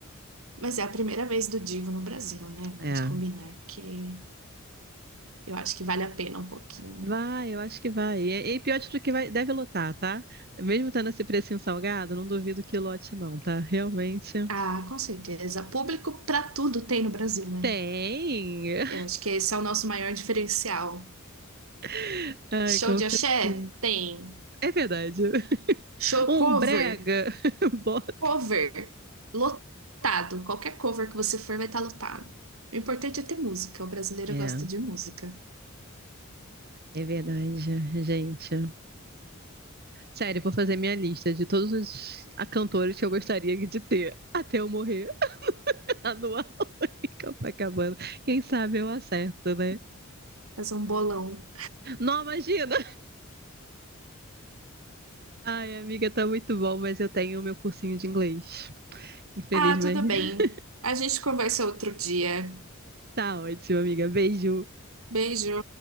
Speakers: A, on the right; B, on the right.
A: Mas é a primeira vez do Divo no Brasil, né? Vamos
B: É.
A: combinar que eu acho que vale a pena um pouquinho.
B: Vai, eu acho que vai. E, e pior de tudo que vai, deve lotar, tá? Mesmo tendo esse precinho salgado, não duvido que lote, não, tá? Realmente.
A: Ah, com certeza. Público pra tudo tem no Brasil, né?
B: Tem!
A: Eu acho que esse é o nosso maior diferencial.
B: <laughs> Ai,
A: Show
B: com
A: de
B: certeza.
A: axé? Tem.
B: É verdade.
A: Show
B: um
A: cover?
B: brega, <laughs> bota.
A: Cover. Lotado. Qualquer cover que você for vai estar lotado. O importante é ter música. O brasileiro
B: É,
A: gosta de música.
B: é verdade, gente. Sério, vou fazer minha lista de todos os cantores que eu gostaria de ter até eu morrer <laughs> anual em Copacabana. <laughs> Quem sabe eu acerto, né?
A: Fazer um bolão.
B: Não, imagina! Ai, amiga, tá muito bom, mas eu tenho o meu cursinho de inglês. Infelizmente.
A: Ah, tudo bem.
B: <laughs>
A: A gente conversa outro dia.
B: Tá ótimo, amiga. Beijo.
A: Beijo.